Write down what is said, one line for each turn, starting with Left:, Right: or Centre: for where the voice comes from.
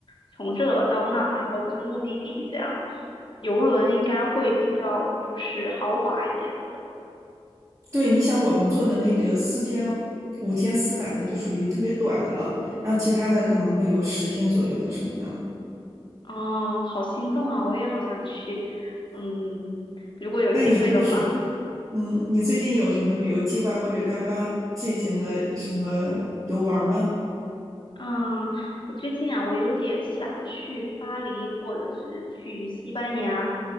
Left: 从这到那，然后就是目的地这样。游轮应该会比较就是豪华一点。的。
Right: 对，你想我们做的那个四天、五天四晚的就属于特别短的了，然后其他的可能会有十天左右的什么的。
Left: 哦，好心动啊！我也好想去，嗯，如果有机会的话，
Right: 那你这个属，嗯，你最近有什么旅游计划或者刚刚进行了什么游玩吗？
Left: 嗯，我最近啊，我有点想去巴黎，或者是去西班牙，